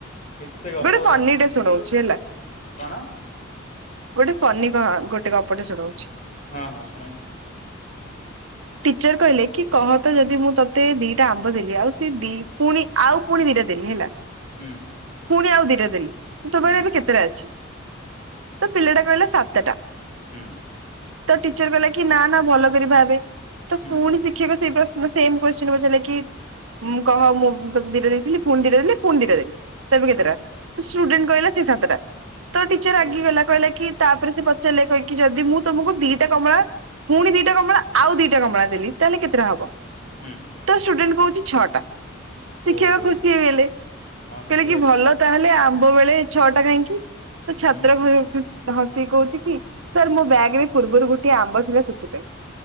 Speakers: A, on the left; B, on the right.
A: ଏତେ ଗପ
B: <inaudible> ଗୋଟେ
A: ଗୁରା
B: ଫନିଟେ
A: ଆପଣଙ୍କ
B: ଶୁଣାଉଛି
A: ମୁଣ୍ଡ
B: ହେଲା।
A: କଣ?
B: ଗୋଟେ ଫନି କହ? ଗୋଟେ ଗପଟେ ଶୁଣଉଛି।
A: ହଁ ହଁ ଶୁଣାନ୍ତୁ।
B: ଟିଚର କହିଲେ କି କହ ତ ଯଦି ମୁଁ ତତେ ଦିଟା ଆମ୍ବ ଦେଲି। ଆଉ ସେ ଦି ପୁଣି ଆଉ ପୁଣି ଦିଟା ଦେଲି ହେଲା।
A: ହୁଁ।
B: ପୁଣି ଆଉ ଦିଟା ଦେଲି। ମୁଁ ତୋ
A: ହୁଁ
B: ପାଖରେ ଏବେ କେତେଟା ଅଛି? <inaudible> ତ ପିଲାଟା କହିଲା ସାତଟା।
A: ହୁଁ।
B: ତ ଟିଚର କହିଲା କି ନା ନା ଭଲ କରି ଭାବେ। ତ
A: ହୁଁ
B: ପୁଣି ଶିକ୍ଷକ ସେଇ ପ୍ରଶ୍ନ ମୁଁ ସେମ କୁଇଶ୍ଚେନ୍ ପଚାରିଲେ କି। କହ ମୁଁ ତତେ ଦିଟା ଦେଇଥିଲି ପୁଣି ଦିଟା ଦେଲି ପୁଣି ଦିଟା ଦେଲି ତେବେ
A: ହଁ
B: କେତେଟା ଷ୍ଟୁଡେଣ୍ଟ
A: ହଁ
B: କହିଲା ସେଇ ସାତଟା। ତ ଟିଚର ରାଗିଗଲା
A: ଓହୋ
B: କହିଲା କି ତାପରେ ସେ ପଚାରିଲେ? କହିଲେକି ଯଦି ମୁଁ ତମକୁ ଦିଟା କମଳା ପୁଣି ଦିଟା କମଳା ଆଉ ଦିଟା କମଳା ଦେଲି ତାହେଲେ କେତେଟା ହବ?
A: ହୁଁ।
B: ତ ଷ୍ଟୁଡେଣ୍ଟ କହୁଛି ଛଅଟା ଶିକ୍ଷକ
A: ଓହୋ
B: ଖୁସି ହେଇଗଲେ
A: ହଁ ଖୁସି
B: କହିଲେ
A: ହେଇଗଲା
B: କି ଭଲ ତାହେଲେ ଆମ୍ବ ବେଳେ ଛଅଟା କାହିଁକି ତ ଛାତ୍ର
A: ହୁଁ
B: ଘର ଖୁସି ହସିକି କହୁଛି କି ସାର୍ ମୋ ବ୍ୟାଗ ରେ ପୂର୍ବରୁ ଗୋଟିଏ ଆମ୍ବ ଥିଲା ସେଥିପାଇଁ।